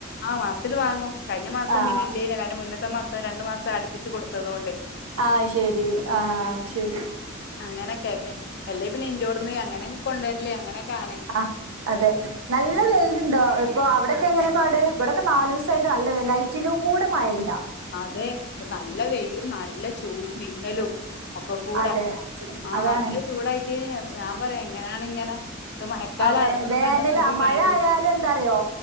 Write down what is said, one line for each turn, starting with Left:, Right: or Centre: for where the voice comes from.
Left: ആഹ് മാസ് തില് വാങ്ങും കയ്ഞ്ഞ മാസം
Right: ആഹ്
Left: പിന്നെ ഇല്ലേനി ഐന്റെ മുന്നത്തെ മാസം രണ്ടു മാസം അടുപ്പിച്ച് കൊടുത്തതോണ്ടെ.
Right: ആഹ് ശെരി ആഹ് ശെരി.
Left: അങ്ങനെക്കെ എല്ലേ പിന്നെ ഇന്റോട്ന്ന് അങ്ങനെ കൊണ്ടെര്ല് അങ്ങനെക്ക ആണ്.
Right: ആ അതെ നല്ല വെയില്ണ്ടോ ഇപ്പൊ അവിടെക്കെ എങ്ങനെ പാട് ഇഭടെ ക്കെ നാല് സുയിട്ട് നല്ല വെല ഇച്ചിലി കൂടെ മഴല്ല..
Left: അതെ വ്ടെ നല്ല വെയിലും നല്ല ചൂടും വിങ്ങലും ഒക്കെ കൂടെ
Right: അതെ
Left: ആഹ്
Right: അതാണ്
Left: നല്ല ചൂടായിട്ട് ഞാൻ പറയും എങ്ങനാണ് ഇങ്ങനെ ഇത് മഴക്കാലാണെന്നൊന്നും
Right: ആ പേ വേനല
Left: പറഞ്ഞിട്ടൊന്നും ഒരു
Right: ആഹ് മഴ
Left: കാര്യല്ല
Right: ആയാല് എന്താറ്യോ